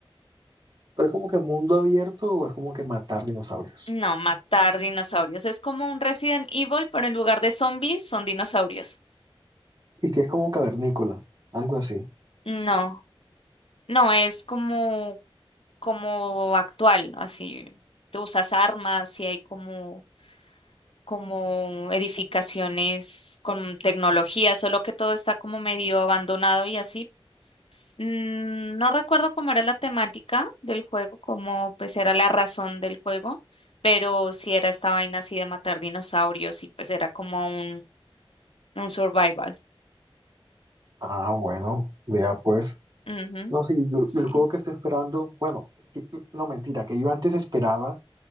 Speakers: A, on the right; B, on the left.
A: Pero es como que mundo abierto o es como que matar dinosaurios.
B: No, matar dinosaurios, es como un Resident Evil, pero en lugar de zombies son dinosaurios.
A: Y que es como cavernícola, algo así.
B: No, no, es como como actual, ¿no? así, tú usas armas y hay como, como edificaciones con tecnología, solo que todo está como medio abandonado y así. Mm, No recuerdo cómo era la temática del juego, cómo pues era la razón del juego, pero sí era esta vaina así de matar dinosaurios y pues era como un, un survival.
A: Ah, bueno, vea pues.
B: Ujú,
A: No, sí, yo-
B: Sí,
A: yo el juego que estoy esperando, bueno, que- no mentira, que yo antes esperaba